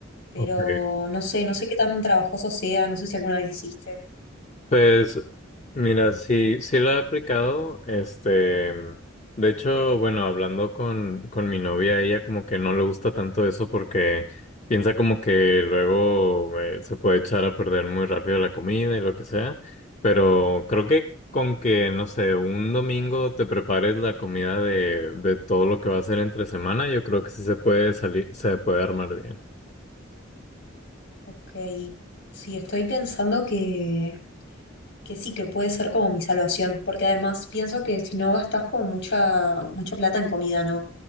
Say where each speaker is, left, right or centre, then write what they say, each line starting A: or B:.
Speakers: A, on the left; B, on the left.
A: pero
B: Ok.
A: no sé, no sé qué tan trabajoso sea, no sé si alguna vez hiciste.
B: Pues mira, sí, sí lo he aplicado, este, de hecho, bueno, hablando con, con mi novia, ella como que no le gusta tanto eso porque piensa como que luego eh, se puede echar a perder muy rápido la comida y lo que sea, pero creo que con que, no sé, un domingo te prepares la comida de, de todo lo que va a ser entre semana, yo creo que sí se puede salir, se puede armar bien.
A: Ok, sí, estoy pensando que, que sí, que puede ser como mi salvación, porque además pienso que si no gastas como mucha, mucha plata en comida, ¿no?